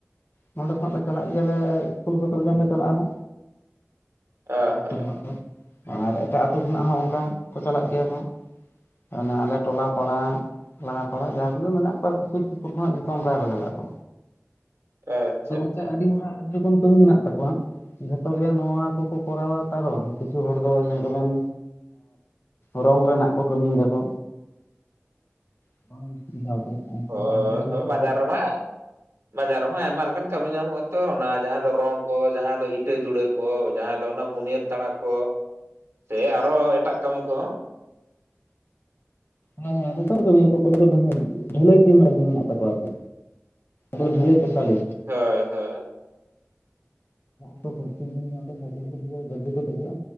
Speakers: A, on the left (about 55°); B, on the right (about 70°).
A: ᱱᱚᱰᱮ ᱠᱷᱚᱱᱟᱜ ᱞᱮ ᱪᱟᱞᱟᱜ ᱜᱮᱭᱟᱞᱮ ᱥᱳᱞᱳ ᱥᱳᱚᱛᱨᱳ ᱡᱚᱱ ᱞᱮ ᱪᱟᱞᱟᱜᱼᱟ
B: ᱚ
A: ᱟᱞᱮ ᱟᱹᱛᱩ
B: ᱦᱚᱸ
A: ᱠᱷᱚᱱᱟᱜ ᱫᱚ ᱚᱱᱟ ᱮᱴᱟᱜ ᱟᱹᱛᱩᱳ ᱠᱷᱚᱱᱟᱜ ᱦᱚᱸ ᱚᱱᱠᱟ ᱠᱚ ᱪᱟᱞᱟᱜ ᱜᱮᱭᱟ ᱠᱚ ᱚᱱᱟ ᱟᱞᱮ ᱴᱚᱞᱟ ᱯᱟᱲᱟ ᱞᱟᱦᱟ ᱯᱟᱲᱟ ᱡᱟ ᱜᱩᱞᱳ ᱢᱮᱱᱟᱜ ᱠᱚᱣᱟ ᱟᱨᱠᱤ ᱥᱩᱨ ᱥᱩᱯᱩᱨ ᱠᱷᱚᱱᱟᱜ ᱡᱷᱚᱛᱚ ᱚᱱᱠᱟ ᱜᱮᱠᱚ ᱪᱟᱞᱟᱜ ᱟᱠᱚ
B: <inaudible>
A: ᱟᱫᱚ ᱜᱚᱢᱠᱮ
B: ᱟᱪᱪᱷᱟ
A: ᱟᱹᱰᱤ ᱦᱚᱲᱟᱜ ᱟᱹᱰᱤ ᱨᱚᱠᱚᱢ ᱠᱟᱹᱢᱤ ᱢᱮᱱᱟᱜ ᱛᱟᱠᱚᱣᱟ ᱡᱷᱚᱛᱚ ᱜᱮ ᱱᱚᱣᱟ ᱠᱚᱠᱚ ᱠᱚᱨᱟᱣᱟ ᱛᱟ ᱫᱚ ᱵᱟᱝ ᱠᱤᱪᱷᱩ ᱦᱚᱲ ᱫᱚ ᱧᱮᱞ ᱠᱚᱵᱮᱱ ᱨᱚᱝ ᱨᱮᱱᱟᱜ ᱠᱚ ᱠᱟᱹᱢᱤᱭ ᱫᱟᱠᱚ <unintelligible>
B: ᱦᱚ
A: ᱟᱨ ᱠᱤᱪᱷᱩ
B: ᱦᱚ
A: ᱦᱚᱲ
B: ᱵᱟᱡᱟᱨ
A: ᱫᱚ
B: ᱢᱟ ᱵᱟᱡᱟᱨ ᱨᱮᱢᱟ ᱟᱭᱢᱟ ᱞᱮᱠᱟᱱ ᱠᱟᱹᱢᱤ ᱧᱟᱢᱚᱜ ᱟᱛᱚ ᱚᱱᱟ ᱡᱟᱦᱟᱸ ᱫᱚ ᱨᱚᱝ ᱡᱟᱦᱟᱸᱭ ᱫᱚ ᱤᱴᱟᱹᱫᱩᱲᱟᱹ ᱠᱚ ᱡᱟᱦᱟᱸᱭ ᱫᱚ ᱩᱱᱟᱜ ᱵᱩᱱᱤᱭᱟᱹᱫ ᱛᱟᱲᱟ ᱠᱚ ᱥᱮ ᱟᱨᱚ ᱮᱴᱟᱜ ᱠᱟᱹᱢᱤ ᱠᱚ
A: ᱦᱮᱸ ᱦᱮᱸ ᱟᱫᱚ ᱠᱟᱹᱢᱤᱭᱟ ᱠᱚ ᱚᱭ ᱫᱚ ᱰᱷᱟᱹᱞᱟᱹᱭ ᱴᱤᱢ ᱨᱮᱱ ᱫᱚ ᱢᱮᱱᱟᱜ ᱛᱟᱠᱚᱣᱟ ᱟᱨᱠᱤ ᱵᱷᱟᱹᱞᱟᱹᱭ ᱯᱮᱥᱟᱞᱤᱥᱴ
B: ᱦᱳᱭ ᱦᱳᱭ
A: ᱯᱨᱚᱛᱛᱮᱠ ᱫᱤᱱ ᱜᱮ ᱚᱰᱮ ᱥᱟᱭᱠᱮᱞ ᱠᱚ ᱫᱮᱡᱚᱜᱼᱟ ᱜᱟᱹᱰᱤ ᱠᱚ ᱫᱮᱡᱚᱜᱼᱟ